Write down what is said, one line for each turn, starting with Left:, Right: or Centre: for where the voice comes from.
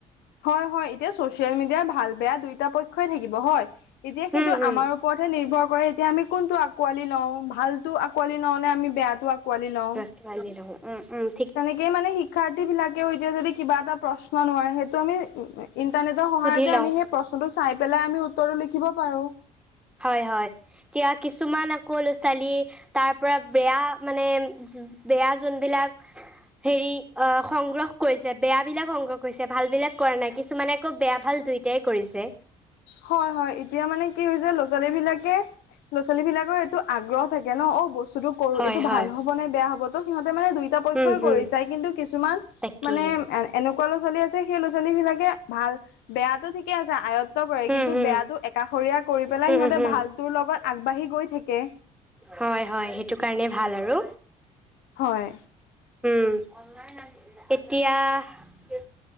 Left: হয় হয় এতিয়া চচিয়েল মিডিয়াৰ ভাল বেয়া দুইটা পক্ষই থাকিব হয়, এতিয়া
Centre: হুম
Left: সেইটো
Centre: হুম
Left: আমাৰ- ওপৰতহে নিৰ্ভৰ কৰে এতিয়া আমি কোনটো আ আকোঁৱালি লওঁ ভালটো আকোঁৱালি লওঁনে আমি বেয়াটো আকোঁৱালি লওঁ।
Centre: উম-উম।
Left: তেনেকেই মানে শিক্ষাৰ্থী বিলাকেও এতিয়া যদি কিবা এটা প্ৰশ্ন নোৱাৰে সেইটো আমি উম এ- ইণ্টাৰনেটৰ সহায়তে
Centre: সুধি লওঁ
Left: আমি সেই প্ৰশ্নটো চাই পেলাই আমি উত্তৰটো লিখিব পাৰোঁ।
Centre: হয় হয় এতিয়া কিছুমান আকৌ ল'ৰা ছোৱালী- তাৰ পৰা বেয়া মানে বেয়া যোনবিলাক- হেৰী আ সংগ্ৰহ কৰিছে। বেয়া বিলাক সংগ্ৰহ কৰিছে ভাল বিলাক কৰা নাই। কিছুমানে আকৌ বেয়া ভাল দুই- টাই কৰিছে।
Left: হয় হয় এতিয়া মানে কি হৈছে ল'ৰা ছোৱালী বিলাকে- ল'ৰা ছোৱালী বিলাকৰ এইটো আগ্ৰহ থাকে ন অ বস্তুটো কৰোঁ
Centre: হয়
Left: এইটো
Centre: হয়।
Left: ভাল হ'ব নে বেয়া হ'ব ত' সিহঁতে মানে দুই- দুয়োটা পক্ষই
Centre: উম হুম
Left: কৰি চাই কিন্তু কিছুমান
Centre: তাকেই
Left: মানে এ এনেকুৱা ল'ৰা ছোৱালী আছে সেই ল'ৰা ছোৱালী বিলাকে ভাল, বেয়াটো ঠিকে আছে আয়ত্ব কৰে। কিন্তু
Centre: উম হুম।
Left: বেয়াটো একাষৰীয়া কৰি পেলাই
Centre: উম,
Left: সিহঁতে
Centre: হুম,
Left: ভালটোৰ লগত আগবাঢ়ি গৈ থাকে।
Centre: হয় হয় সেইটো কাৰণে ভাল আৰু।
Left: হয়।
Centre: উম। অনলাইন আহিলে, এতিয়াহ